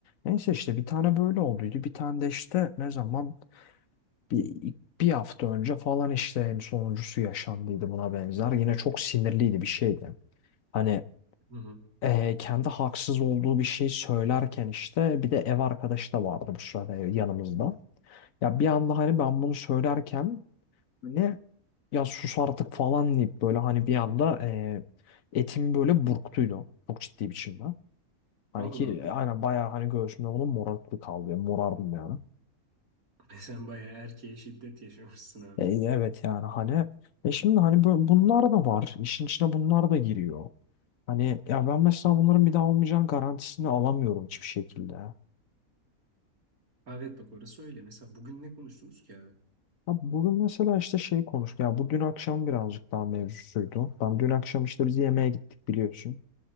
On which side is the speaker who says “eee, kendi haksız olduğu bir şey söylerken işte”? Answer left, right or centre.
Left